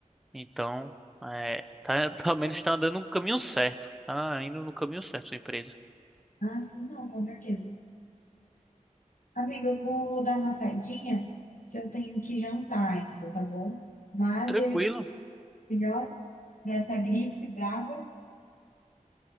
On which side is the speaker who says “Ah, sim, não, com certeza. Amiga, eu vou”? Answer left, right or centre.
Left